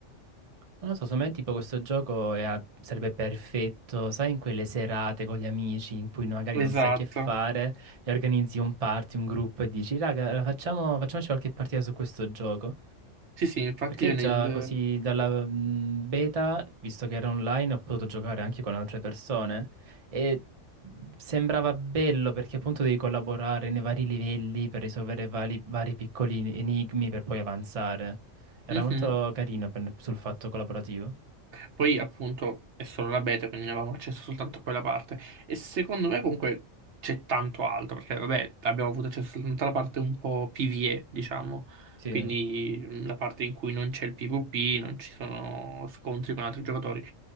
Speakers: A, on the right; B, on the right.
A: Non lo so, secondo me tipo questo gioco è a- sarebbe perfetto, sai, in quelle serate con gli amici in cui magari
B: Esatto.
A: non sai che fare e organizzi un party, un gruppo e dici, raga, allora facciamo, facciamoci qualche partita su questo gioco.
B: Sì, sì, infatti
A: Perché
B: io
A: già
B: nel...
A: così dalla mm, beta, visto che era online, ho potuto giocare anche con altre persone e sembrava bello perché appunto devi collaborare nei vari livelli per risolvere vari, vari piccoli enigmi per poi avanzare. Era
B: Mhm.
A: molto carino per- sul fatto collaborativo.
B: Poi appunto è solo la beta, quindi ne avevamo accesso soltanto a quella parte. E secondo me comunque c'è tanto altro, perché vabbè, abbiamo avuto accesso soltanto alla parte un po' PvE, diciamo.
A: Sì,
B: Quindi mh, la parte in cui non c'è il PvP, non ci sono scontri con altri giocatori.